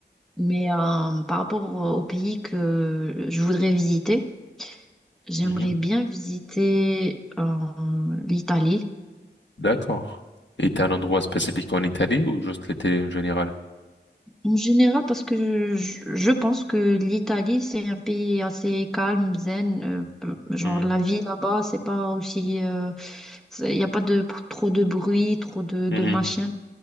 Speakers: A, in the centre; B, on the left.
A: Mais euh, par rapport au pays que je voudrais visiter, J'aimerais
B: Mhm,
A: bien visiter euh, l'Italie.
B: D'accord. Et t'as un endroit spécifique en Italie ou juste l'Italie en général?
A: En général, parce que je, je- je pense que l'Italie, c'est un pays assez calme, zen. euh, euh, genre,
B: Mhm,
A: la vie là-bas, c'est pas aussi. Il n'y a pas de, trop de bruit, trop de, de
B: mhm,
A: machin.